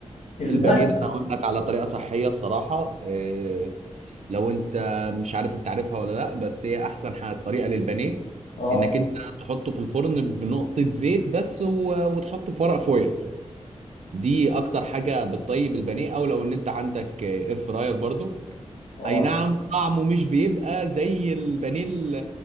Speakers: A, on the left; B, on the right.
A: اللي
B: البانيه
A: بقى
B: ده انا اقول لك على طريقه صحيه بصراحه إيه، لو انت مش عارف انت عارفها ولا لا بس هي احسن ح- طريقه للبانيه
A: اه
B: انك انت تحطه في الفرن بنقطه زيت بس و- وتحطه في ورق فويل دي اكتر حاجه بتطيب البانيه او لو ان انت عندك اير فراير برضو
A: اه
B: اي نعم طعمه مش بيبقى زي البانيه ال-